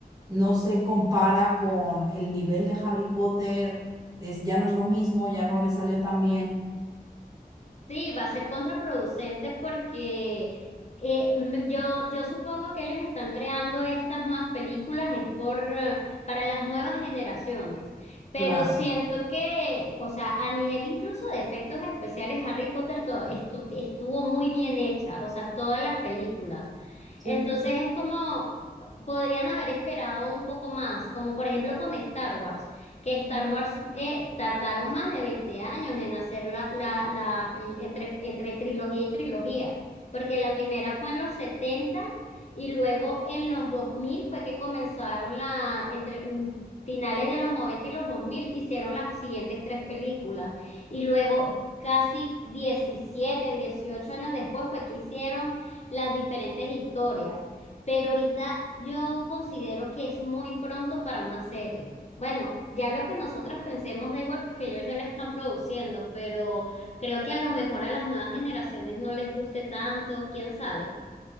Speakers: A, on the right; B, on the left.
A: no se compara con el nivel de Harry Potter, es, ya no es lo mismo, ya no le salió tan bien.
B: Sí, va a ser contraproducente porque eh, m- yo, yo supongo que ellos están creando estas nuevas películas es por, eh, para las nuevas generaciones, pero
A: Claro.
B: siento que, o sea, a nivel incluso de efectos especiales, Harry Potter to- estu- estuvo muy bien hecha, o sea, todas las películas.
A: Sí.
B: Entonces es como, podrían haber esperado un poco más, como por ejemplo con Star Wars, que Star
A: Mm.
B: Wars eh, tardaron más de 20 años en hacer la, la, la- el- entre, entre trilogía y trilogía, porque la primera fue en los 70 y luego en los 2000 fue que comenzaron la, entre mm, finales de los 90 y los 2000 hicieron las siguientes tres películas. Y luego, casi diecisiete dieciocho años después, fue que hicieron las diferentes historias, pero ahorita yo considero que es muy pronto para una serie. Bueno, ya lo que nosotras pensemos da igual porque ellos ya la están produciendo, pero creo que a lo mejor a las nuevas generaciones no les guste tanto, quién sabe.